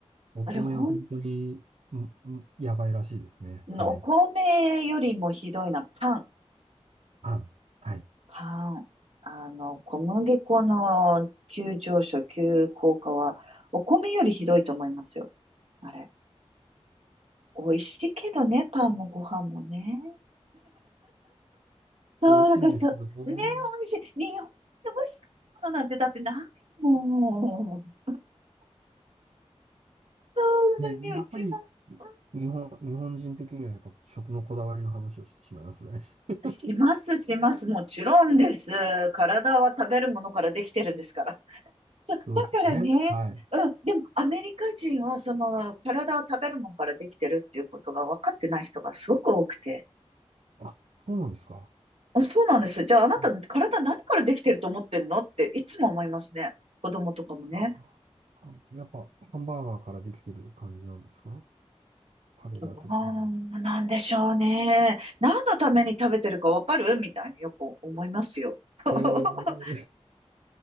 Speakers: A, on the right; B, on the right.
A: お米は本当に、
B: あれ、ほん、
A: うん、うんやばいらしいですね。はい。
B: お米よりもひどいな。パン、
A: パン。はい。
B: パン。あの、小麦粉の急上昇、急降下は、お米よりひどいと思いますよ。あれ。美味しいけどね、パンもご飯もね。そう、
A: 美味しいんですけども、
B: だからそう、ね、美味しい。日本で美味しいものなんてだってないもん。そうだね、
A: ね、やっぱり、
B: うちも。うん
A: 日本、日本人的にはやっぱ食のこだわりの話をしてしまいますね。<laughs>
B: します、します。もちろんです。体は食べるものからできてるんですから。そう、
A: そうですよね。
B: だからね、
A: はい。
B: うん、でもアメリカ人はその体は食べるものからできてるっていうことが分かってない人がすごく多くて。
A: あ、そうなんですか。
B: あそうなんです。じゃああなた体何からできてると思ってんのっていつも思いますね。
A: うん
B: 子供とかもね。
A: あ、あやっぱハンバーガーからできてる感じなんですか彼ら的に。
B: どうなんでしょうね。何のために食べてるかわかるみたいによく思いますよ。<laughs>
A: えー、